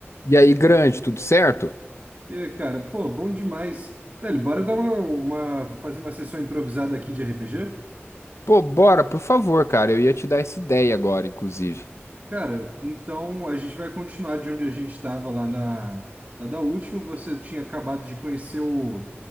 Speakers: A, on the left; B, on the right.
A: E aí, grande, tudo certo?
B: E, cara, pô, bom demais. Velho, bora dar uma, uma- fazer uma sessão improvisada aqui de RPG?
A: Pô, bora, por favor, cara. Eu ia te dar essa ideia agora, inclusive.
B: Cara, então a gente vai continuar de onde a gente estava lá na, na da última. Você tinha acabado de conhecer o.